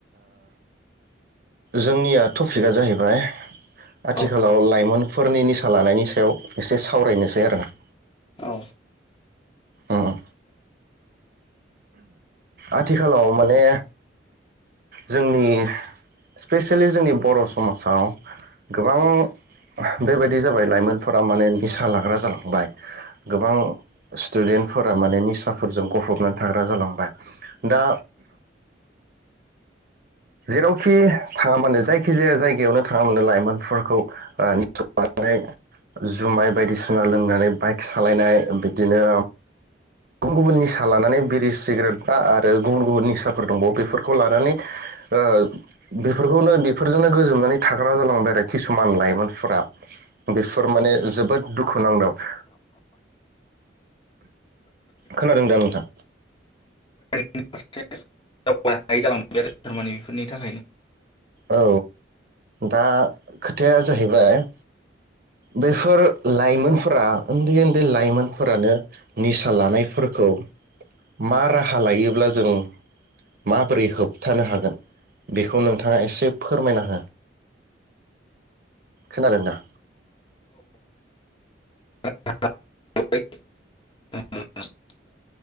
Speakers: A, on the right; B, on the left.
A: जोंनिया टपिकआ जाहैबाय आथिखालाव
B: औ
A: लाइमोनफोरनि निसा लानायनि सायाव एसे सावरायनोसै आरोना।
B: औ
A: उम आथिखालाव माने जोंनि। स्पेसियेलि जोंनि बर' समाजाव गोबां
B: औ
A: बेबायदि जाबाय लाइमोनफोरा माने निसा लाग्रा जालांबाय। गोबां स्टुडेन्टफोरा माने निसाफोरजों गफबनानै थाग्रा जालांबाय दा
B: <inaudible>
A: जेरावखि थाङा मानो जायखि जाया जायगायावनो थाङा मानो लाइमोनफोरखौ ओ- <unintelligible> जुमाय बायदिसिना लोंनानै बाइक सालायनाय बिदिनो गुबुन गुबुन निसा लानानै बिरि सिगारेट बा आरो गुबुन गुबुन निसाफोर दंबावो बेफोरखौ लानानै ओ- बेफोरखौनो बेफोरजोंनो गोजोबनानै थाग्रा जालांबाय आरो किसुमान लाइमोनफोरा। बेफोर माने जोबोद दुखु नांदाव। खोनादों दा नोंथां?
B: <unintelligible> थारमानि बेफोरनि थाखायनो।
A: औ दा खोथाया जाहैबाय बेफोर लाइमोनफोरा उन्दै-उन्दै लाइमोनफोरानो निसा लानायफोरखौ मा राहा लायोब्ला जों माबोरै होबथानो हागोन बेखौ नोंथां नोंथाङा एसे फोरमायना हो खोनादों दा
B: ओ ओ ओ ओ ओ ओ